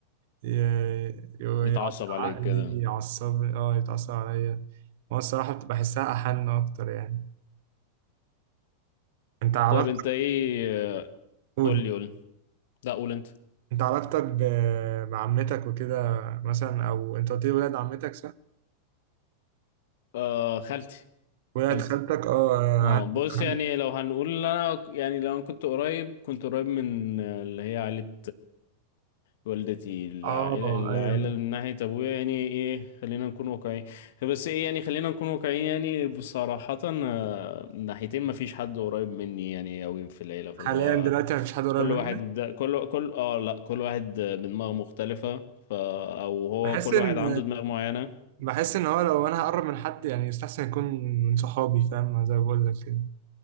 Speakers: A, on the right; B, on the left.
A: ي-
B: يتعصب
A: يقعد
B: عليك
A: عقلي
B: كده
A: يعصب اه يتعصب عليا هو الصراحة بتبقى بحسها أحن أكتر يعني أنت علاقتك
B: طيب انت ايه
A: قول
B: قول لي قول لي. لا قول انت
A: أنت علاقتك ب- بعمتك وكده مثلا أو أنت قلت لي ولاد عمتك صح؟
B: آه خالتي
A: ولاد
B: خالتي
A: خالتك اه
B: اه
A: أهم-
B: بص
A: أهم-
B: يعني لو هنقول انا يعني لو انا كنت قريب كنت قريب من اللي هي عائله والدتي العائلة
A: اه
B: العائلة
A: أيوه
B: من ناحية أبويا يعني إيه خلينا نكون واقعيين بس إيه يعني خلينا نكون واقعيين يعني بصراحة آه، من ناحيتين مفيش حد قريب مني يعني أوي في العيلة فاللي
A: حاليا
B: هو
A: دلوقتي مفيش حد قريب
B: كل
A: مني
B: واحد ده كل كل اه لا كل واحد بدماغ مختلفة ف او هو
A: بحس
B: كل
A: إن
B: واحد عنده دماغ معينة
A: بحس إن هو لو أنا هقرب من حد يعني يستحسن يكون من صحابي فاهم زي ما بقول لك كده